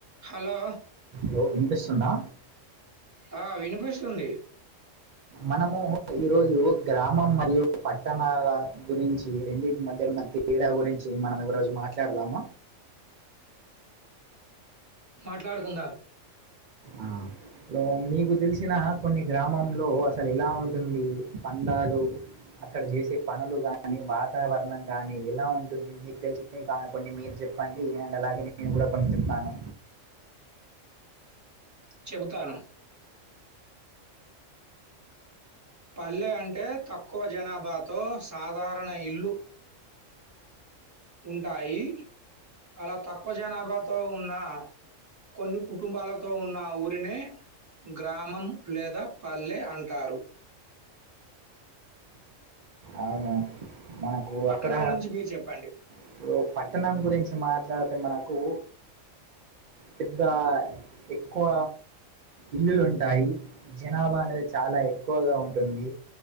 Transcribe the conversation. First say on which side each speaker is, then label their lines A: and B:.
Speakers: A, on the right (about 15°); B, on the right (about 80°).
A: Hello.
B: లో వినిపిస్ తుందా
A: ఆ వినిపిస్తుంది
B: మనము ఈరోజు గ్రామం మరియు పట్టణాల గురించి రెండింటి మధ్య తేడా గురించి మనం ఎవరోజు మాట్లాడుదామ
A: మాట్లాడుకుందాం
B: ఆ మీకు తెలిసిన కొన్ని గ్రామంలో అసలు ఎలా ఉంటుంది పందాలు అక్కడ చేసే పనులు గాని వాతావరణం కాని ఎలా ఉంటుంది మీకు తెలిసిన కొన్ని మీరు చెప్పండి అండ్ అలాగే నేను కూడా కొన్ని చెప్తాను
A: చెబుతాను పల్లె అంటే తక్కువ జనాభాతో సాధారణ ఇల్లు ఉంటాయి అలా తక్కువ జనాభాతో ఉన్న కొన్ని కుటుంబాలతో ఉన్న ఊరినే గ్రామం లేదా పల్లె అంటారు
B: అవును మనకు
A: పట్టణం
B: అక్కడ
A: గురించి మీరు చెప్పండి.
B: ఇప్పుడు పట్టణం గురించి మాట్లాడు అంటే మనకు పెద్ద ఎక్కువ ఇల్లులు ఉంటాయి జనాభా అనేది చాలా ఎక్కువగా ఉంటుంది